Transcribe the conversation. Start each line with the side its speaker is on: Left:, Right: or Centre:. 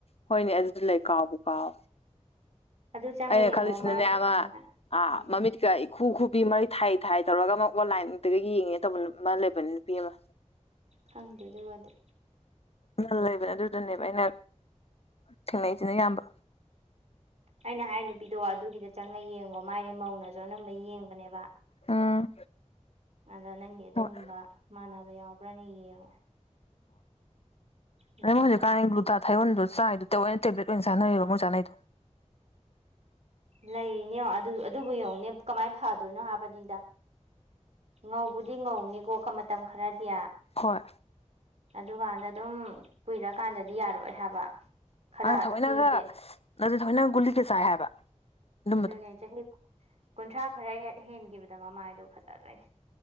Left: ꯍꯣꯏꯅꯦ ꯑꯗꯨꯗꯤ ꯂꯩ ꯀꯥꯎꯕ ꯀꯥꯎ
Right: ꯑꯗꯨ ꯆꯪꯉ
Left: ꯑꯩꯅ
Right: ꯌꯦꯡꯉꯣ
Left: ꯈꯜꯂꯤꯁꯤ
Right: ꯃꯥꯒꯤ
Left: ꯅꯅꯦꯃ
Right: ꯑꯗꯨꯃꯥꯏꯅ
Left: ꯑ
Right: ꯎꯝ
Left: ꯃꯃꯤ ꯇ ꯀ ꯈꯨ ꯈꯨꯕꯤ ꯃꯔꯩ ꯊꯥꯏ ꯊꯥꯏ ꯇꯧꯔꯒ ꯑꯃꯨꯛ ꯑꯣꯟꯂꯥꯏꯟꯗꯒꯤ ꯌꯦꯡꯉꯦ ꯇꯧꯕ ꯑꯃ ꯂꯩꯕꯅꯤ ꯅꯨꯄꯤ ꯑꯃ
Right: ꯈꯪꯗꯦ ꯑꯗꯨꯒꯗ
Left: ꯅ ꯂꯩꯕꯅꯦ ꯑꯗꯨꯗꯨꯅꯦꯕ ꯑꯩꯅ ꯊꯦꯡꯅꯏꯁꯤꯅ ꯑꯌꯥꯝꯕ
Right: ꯑꯩꯅ ꯍꯥꯏ ꯅꯨꯄꯤꯗꯣ ꯑꯗꯨꯒꯤꯗ ꯆꯪꯉ ꯌꯦꯡꯉꯣ ꯃꯥꯥꯏꯁꯦ ꯃꯧꯅꯁꯨ ꯑꯅꯝꯕ ꯌꯦꯡꯕꯅꯦꯕ
Left: ꯎꯝ
Right: ꯑꯗ ꯅꯪꯒꯤ ꯑꯗꯨꯒꯨꯝꯕ
Left: ꯍꯣꯏ
Right: ꯃꯥꯟꯅꯕ ꯌꯥꯎꯕ꯭ꯔꯅꯦ ꯌꯦꯡꯉꯣ ꯑꯗꯨꯀꯥꯟꯗ
Left: ꯍꯣꯏ ꯑꯃꯣꯏ ꯀ ꯂꯨꯇꯥ ꯊꯥꯏꯌꯣꯟꯗꯣ ꯆꯥꯏꯗꯨ ꯇ ꯑꯣꯏꯅꯅ ꯇꯦꯕ꯭ꯂꯦꯠ ꯑꯣꯏꯅ ꯆꯥꯟꯅꯔꯤꯕꯦ ꯃꯣꯏ ꯆꯥꯅꯗꯣ
Right: ꯂꯩ ꯅꯦ ꯑꯗꯨꯕꯨ ꯌꯦꯡꯉꯅꯦ ꯀꯃꯥꯏꯅ ꯐꯗꯣꯏꯅꯣ ꯍꯥꯏꯕꯅꯤꯗ ꯉꯧꯕꯗꯤ ꯉꯧꯅꯤꯀꯣꯀ ꯃꯇꯝ ꯈꯔꯗꯤ
Left: ꯍꯣꯏ
Right: ꯑꯗꯨꯀꯥꯟꯗ ꯑꯗꯨꯝ ꯀꯨꯏꯔꯀꯥꯟꯗꯗꯤ ꯌꯥꯔꯣꯏꯣꯏ ꯍꯥꯏꯕ ꯈꯔ
Left: ꯑ ꯊꯑꯣꯏꯅꯒ
Right: ꯆꯍꯤꯁꯦ
Left: ꯑꯗꯨ ꯊꯑꯣꯏꯅꯒ ꯒꯨꯂꯤꯒꯩ ꯆꯥꯏ ꯍꯥꯏꯕ ꯑꯗꯨꯝꯕꯗꯣ
Right: ꯑꯗꯨꯅꯦ ꯆꯍꯤ ꯀꯨꯟꯊ꯭ꯔꯥ ꯈꯔ ꯍꯦ ꯍꯦꯟꯈꯤꯕꯗ ꯃꯃꯥꯏꯗꯣ ꯐꯖꯗꯣꯏꯅꯦ